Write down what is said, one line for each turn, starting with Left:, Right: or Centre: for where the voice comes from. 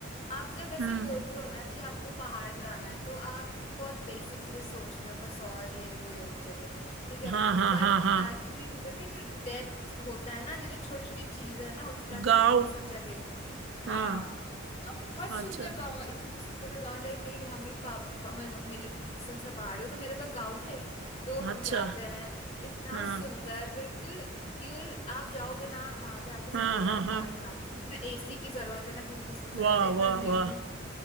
Left: आप जब ऐसे
Right: हम्म
Left: बोलते हो ना कि आपको पहाड़ जाना है तो आप बहुत बेसिक चीजें सोचते हो कसौल ये वो ये वो जगह ठीक है
Right: हाँ हाँ
Left: बट
Right: हाँ हाँ
Left: एक्चुअली पता है जो डेप्थ होता है ना जो जो छोटी छोटी चीज है ना उत्तराखंड
Right: गाँव
Left: में ये सब जगह हाँ
Right: हाँ
Left: अब बहुत सुंदर
Right: अच्छा
Left: गांव है इतने सुंदर गांव लाइक मेरी मम्मी पापा मे, मेरी सिंस मैं पहाड़ी हूँ तो मेरा तो गांव है ही तो
Right: अच्छा
Left: हम जाते हैं इतना
Right: हाँ
Left: सुंदर बिल्कुल यू आप जाओगे ना वहां पे आपको ऐसा
Right: हाँ
Left: लगेगा
Right: हाँ
Left: कि
Right: हाँ
Left: कहाँ ही आ गए ना एसी की जरूरत है ना किसी चीज की जरूरत
Right: वाह
Left: है इतना
Right: वाह
Left: ग्रीनरी
Right: वाह